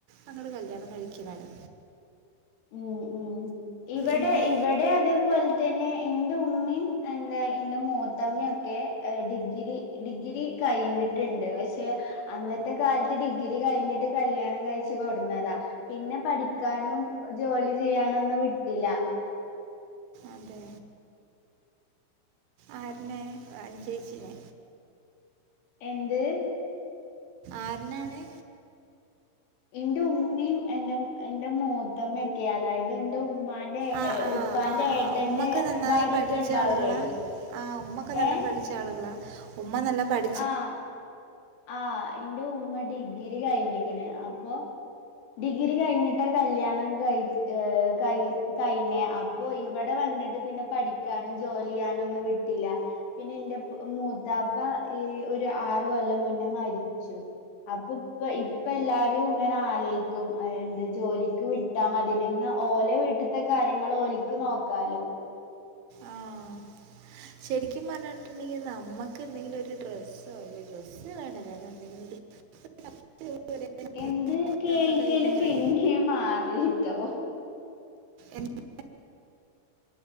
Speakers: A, on the right (about 75°); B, on the left (about 75°).
A: അങ്ങട് കല്യാണം കഴിക്കുവാണ്.
B: ഉം ഉം ഇവടെ
A: ഇന്ന്
B: ഇവടെ അതേപോൽ തന്നെ എന്റെ ഉമ്മിയിം എന്താ ഇന്റെ മൂത്തമ്മെക്കെ ഡിഗ്രി ഡിഗ്രി കഴിഞ്ഞിട്ടുണ്ട് പഷേ അന്നത്തെ കാലത്ത് ഡിഗ്രി കഴിഞ്ഞിട്ട് കല്യാണം കഴിച്ച് കൊടുന്നതാ. പിന്നെ പഠിക്കാനും ജോലി ചെയ്യാനൊന്നു വിട്ടില്ല.
A: അതെ. ആറിനെ അനു ചേച്ചിനെ
B: എന്ത്?
A: ആറിനാണ്?
B: എന്റെ ഉമ്മീം എന്റെ എന്റെ മൂത്തമ്മയൊക്കെ അതായത് എന്റെ ഉ ഉമ്മാന്റെ
A: ആഹ് ആഹ്
B: ഉപ്പാന്റെ
A: ആഹ് ആഹ്
B: ഏട്ടന്റെ
A: ഉമ്മൊക്കെ നന്നായി
B: ഭാര്യ
A: പഠിച്ച
B: ഒക്കെ ഉണ്ടാവൂലേ?
A: ആളുകളാ ആഹ് ഉമ്മൊക്കെ നല്ല
B: ഏഹ്
A: പഠിച്ച ആളുകളാ ഉമ്മ നല്ല പഠ
B: ആഹ് ആഹ് എന്റെ ഉമ്മ ഡിഗ്രി കഴിഞ്ഞിക്ക്ണ് അപ്പൊ ഡിഗ്രി കഴിഞ്ഞിട്ട കല്യാണം കഴിച്ച ഹ് കഴി കൈനെ അപ്പൊ ഇവിടെ വന്നിട്ട് പിന്നെ പഠിക്കാനും ജോലി ചെയ്യാനും ഒന്നും വിട്ടില്ല. പിന്നെ എന്റെ മൂത്താപ്പ ഈ ഒരു ആറ് കൊല്ലം മുന്നെ മരിച്ചു. അപ്പൊ ഇപ്പ ഇപ്പ എല്ലാരും ഇങ്ങനെ ആലോയ്ക്കും എന്ത് ജോലിക്ക് വി ട്ട മതിനി നിന്ന് ഓലെ വീട്ട്ത്തെ കാര്യങ്ങൾ ഒൽക്ക് നോക്കാലോ.
A: ആഹ് ശരിക്കും പറഞ്ഞിട്ടുണ്ടെങ്കിൽ നമ്മുക്ക് എന്തെങ്കിലും ഒരു ഡ്രസ്സോ ഒരു ഡ്രസ്സ് വേണ്ട വേറെ എന്തെങ്കിലും. <unintelligible>
B: എന്ത് കേൾക്കലും
A: ഒരാളെ കയ്യിന്ന് ഇങ്ങനെ
B: പിന്നെയും മാറിട്ടോ.
A: എന്ത്?